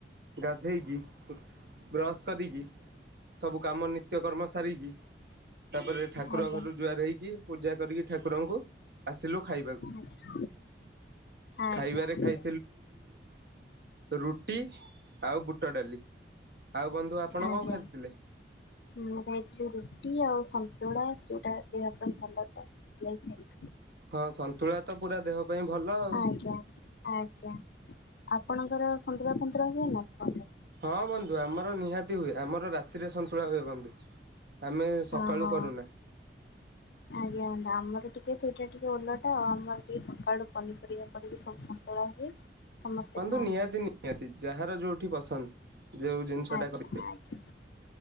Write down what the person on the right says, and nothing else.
ଗାଧେଇକି ବ୍ରଶ କରିକି ସବୁ କାମ ନିତ୍ୟ କର୍ମ ସାରିକି ତାପରେ ଠାକୁର
ଘରୁ ଜୁଆର ହେଇକି ପୂଜା କରିକି ଠାକୁରଙ୍କୁ ଆସିଲୁ ଖାଇବାକୁ।
ଖାଇବାରେ
ଖାଇ ରୁଟି ଆଉ ବୁଟ ଡାଲି। ଆଉ ବନ୍ଧୁ ଆପଣ କଣ
ଖାଇଥିଲେ?
ହଁ ସନ୍ତୁଳା ତ ପୁରା ଦେହ ପାଇଁ ଭଲ ଆଉ।
ହଁ ବନ୍ଧୁ ଆମର ନିହାତି ହୁଏ ଆମର ରାତିରେ ସନ୍ତୁଳା ହୁଏ ବନ୍ଧୁ। ଆମେ ସକାଳୁ
କରୁନା।
ବନ୍ତୁ
ନିହାତି ନିହାତି ଯାହାର ଯୋଉଠି ପସନ୍ଦ ଯୋଉ ଜିନିଷ
ଟା କରିବେ। <inaudible>